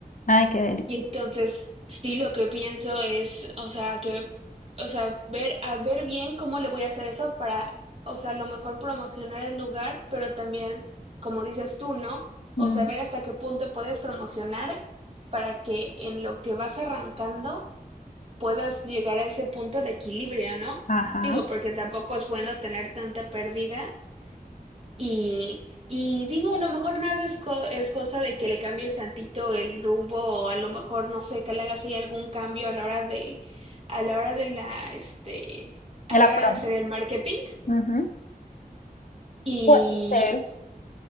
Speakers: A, on the left; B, on the right.
A: Ay, qué deli.
B: Y entonces, sí, lo que pienso es, o sea, que, o sea, ver, a ver bien cómo le voy a hacer eso para, o sea, a lo mejor promocionar el lugar, pero también, como dices tú, ¿no?
A: Ujú.
B: O sea, ver hasta qué punto puedes promocionar para que en lo que vas arrancando puedas llegar a ese punto de equilibrio, ¿no?
A: Ajá.
B: Digo, porque tampoco es bueno tener tanta pérdida y, y digo, a lo mejor nada más es, co- es cosa de que le cambies tantito el rumbo o a lo mejor, no sé, que le hagas ahí algún cambio a la hora de, a la hora de la, este, a
A: La
B: la hora
A: prom.
B: de hacer el marketing.
A: Ujú.
B: Y
A: Puede ser.